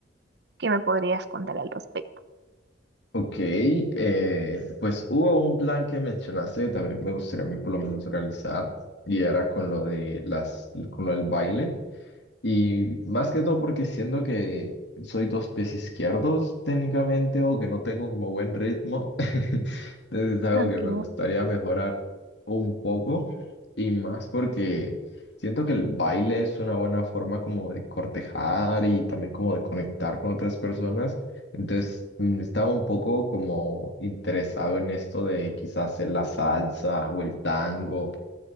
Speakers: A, on the right (about 60°); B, on the left (about 70°).
A: qué me podrías contar al respecto. <laughs>
B: Ok, eh, pues hubo un plan que mencionaste que también me gustaría a mí por lo menos realizar y era con lo de las, con lo del baile. Y más que todo porque siento que soy dos pies izquierdos técnicamente o que no tengo como buen ritmo. <laughs> Entonces es algo
A: Ok.
B: que me gustaría mejorar un poco y más porque siento que el baile es una buena forma como de cortejar y también como de conectar con otras personas. Entonces mm, estaba un poco como interesado en esto de quizás hacer la salsa o el tango